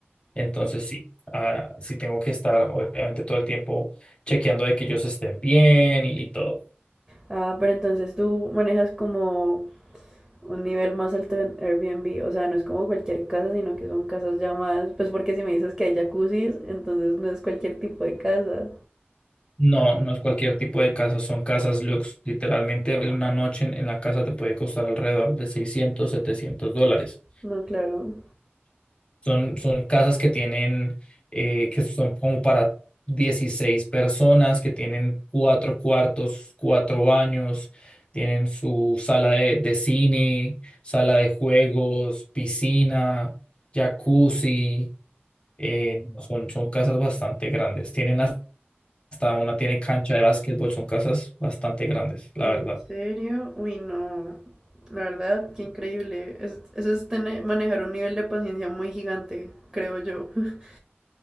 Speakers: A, on the left (about 25°); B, in the centre.
A: Entonces sí, ah, sí tengo que estar, obviamente, todo el tiempo chequeando de que ellos estén bien y, y todo.
B: Ah, pero entonces tú manejas como un nivel más alto en Airbnb, o sea, no es como cualquier casa, sino que son casas ya más, pues porque si me dices que hay jacuzzis, entonces no es cualquier tipo de casa.
A: No, no es cualquier tipo de casa, son casas lux. Literalmente una noche en, en la casa te puede costar alrededor de 600 700 dólares.
B: No, claro.
A: Son, son casas que tienen, eh, que son como para 16 personas, que tienen cuatro cuartos, cuatro baños, tienen su sala de, de cine, sala de juegos, piscina, jacuzzi. eh, son, son casas bastante grandes. Tienen hasta una, tiene cancha de básquetbol, son casas bastante grandes, la
B: ¿En
A: verdad.
B: serio? Uy, no. La verdad, qué increíble. Es- eso es tener, manejar un nivel de paciencia muy gigante, creo yo. <laughs>